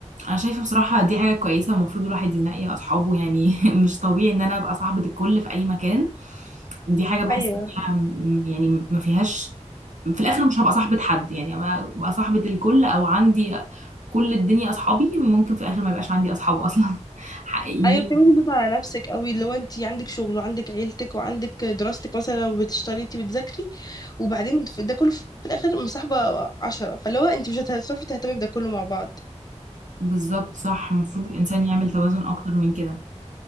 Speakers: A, on the right (about 80°); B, on the left (about 30°).
A: انا شايفه بصراحه دي حاجه كويسه المفروض الواحد ينقي اصحابه يعني <laughs> مش طبيعي ان انا ابقى صاحبه الكل في اي مكان دي حاجه بحس
B: ايوه
A: إن فيها م- يعني ما فيهاش في الاخر مش هبقى صاحبه حد يعني أنا ابقى صاحبه الكل او عندي كل الدنيا اصحابي ممكن في الاخر ما يبقاش عندي اصحاب اصلا <laughs> حقيقيين
B: ايوه بتعملي بيض على نفسك قوي اللي هو انت عندك شغل وعندك عيلتك وعندك دراستك مثلا لو بتشتغلي انت بتذاكري وبعدين في- ده كله في الاخر مصاحبه عشرة فاللي هو انت مش هتعرفي تهتمي بده كله مع بعض
A: بالظبط صح المفروض الانسان يعمل توازن اكتر من كده